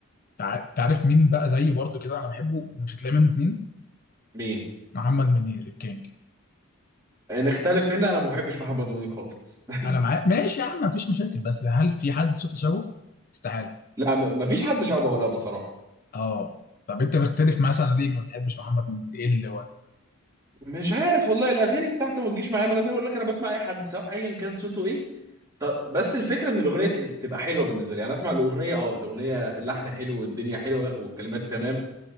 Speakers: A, on the left; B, on the right.
A: تع- تعرف مين بقى زيي برضو كده انا بحبه ومش هتلاقي منه اتنين
B: مين
A: محمد منير الكينج
B: نختلف هنا انا ما بحبش محمد منير خالص <laughs>
A: انا معاك ماشي يا عم مفيش مشاكل بس هل في حد صوته شبهه؟ استحالة
B: لا ما فيش حد شبهه لا بصراحه
A: اه طب انت بتختلف مثلا ليه ما بتحبش محمد منير ايه اللي هو
B: مش عارف والله الاغاني بتاعته ما تجيش معايا ما انا زي ما بقول لك انا بسمع اي حد سواء ايا كان صوته ايه ط- بس الفكره ان الاغنيه ت- تبقى حلوه بالنسبه لي يعني اسمع الاغنيه اه الاغنيه اللحن حلو والدنيا حلوه والكلمات تمام